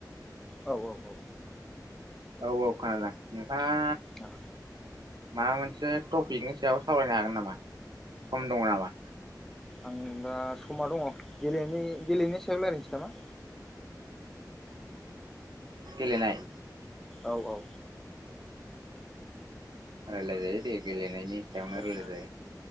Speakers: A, in the centre; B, on the right.
A: औ औ औ।
B: औ-औ खोनादों। नोंथाङा
A: औ।
B: माबा मोनसे टपिकनि सायाव सावरायनो हागोन नामा सम दङ नामा।
A: आं दा समा दङ गेलेनायनि सायाव रायज्लायनोसै नामा?
B: गेलेनाय।
A: औ-औ।
B: रायलाय जायो दे गेले। नायनि सायावनो
A: जागोन
B: रायलाय जायो।